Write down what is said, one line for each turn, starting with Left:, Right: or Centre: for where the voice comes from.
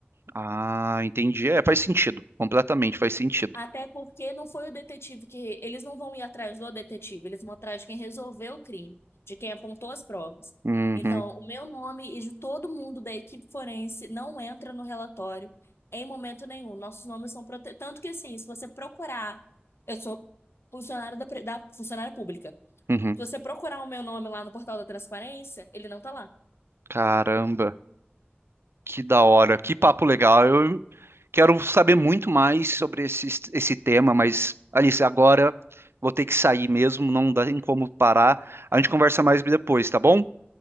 Right: Ah, entendi. É, faz sentido. Completamente faz sentido.
Left: Até porque não foi o detetive que. Eles não vão ir atrás do detetive, eles vão atrás de quem resolveu o crime, de quem apontou as provas.
Right: Uhum,
Left: Então, o meu nome e de todo mundo da equipe forense não entra no relatório em momento nenhum. Nossos nomes são protegidos. Tanto que, assim, se você procurar. Eu sou funcionária da, pre- da funcionária pública.
Right: uhum.
Left: Se você procurar o meu nome lá no portal da transparência, ele não tá lá,
Right: Caramba. Que da hora, que papo legal. Eu quero saber muito mais sobre esse, esse tema, mas Alice, agora vou ter que sair mesmo, não dá em como parar. A gente conversa mais depois, tá bom?